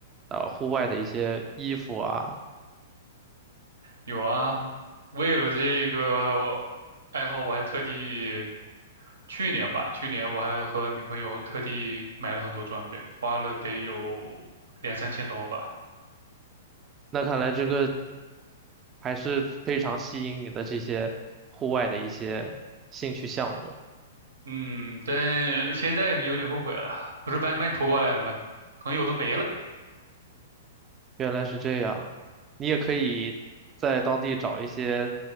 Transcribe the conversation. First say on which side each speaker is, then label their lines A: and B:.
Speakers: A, on the right (about 25°); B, on the right (about 80°).
A: 呃，户外的一些衣服啊。
B: 有啊，为了这个我爱好，我还特地去年吧，去年我还和女朋友特地买了很多装备，花了得有两三千刀吧。
A: 那看来这个还是非常吸引你的这些户外的一些兴趣项目。
B: 嗯，但现在有点后悔了，不是把你把你拖过来了吗？朋友都没了，
A: 原来是这样，你也可以在当地找一些，